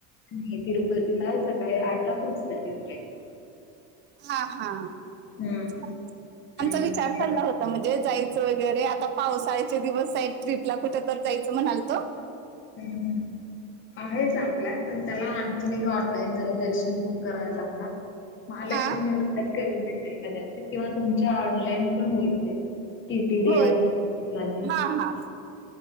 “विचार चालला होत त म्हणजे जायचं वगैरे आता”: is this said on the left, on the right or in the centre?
Right